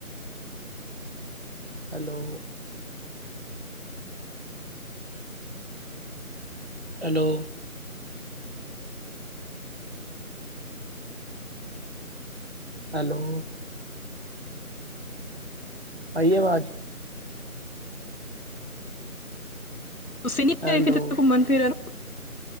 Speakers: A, on the right; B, on the left.
A: ਹੈਲੋ। ਹੈਲੋ। ਹੈਲੋ। ਆਈਏ ਆਵਾਜ਼?
B: ਤੁਸੀਂ ਨੀ
A: ਹੈਲੋ
B: ਗਏ, ਕਿਤੇ ਘੁੰਮਣ- ਫਿਰਨ?